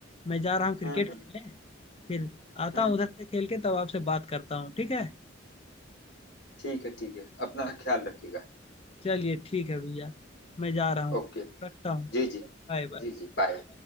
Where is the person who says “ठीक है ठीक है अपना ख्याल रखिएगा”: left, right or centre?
Left